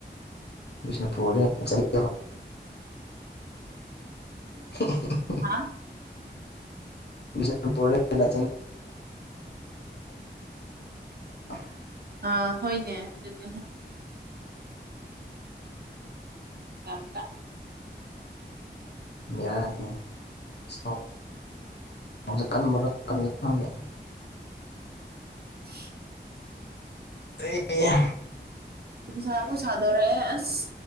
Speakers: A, on the left (about 65°); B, on the right (about 60°).
A: ꯕꯤꯁꯅꯨꯄꯨꯔ ꯆꯍꯤ <unintelligible>
B: ꯍꯥ
A: <unintelligible> ꯕꯤꯁꯅꯨꯄꯨꯔ ꯊꯥ <unintelligible>
B: ꯑꯥ ꯍꯣꯏꯅꯦ ꯑꯗꯨꯅꯦ ꯌꯥꯝ
A: ꯕꯦꯔꯥꯅꯦ <unintelligible> ꯁꯧꯁꯦ ꯀꯟꯕ ꯀꯟꯗꯕ ꯈꯪꯗꯦ
B: <unintelligible>
A: ꯑꯩ ꯍꯥ
B: ꯅꯨꯡꯁꯥꯃꯨꯛ ꯁꯥꯗꯣꯔꯛꯑꯦ ꯑꯁ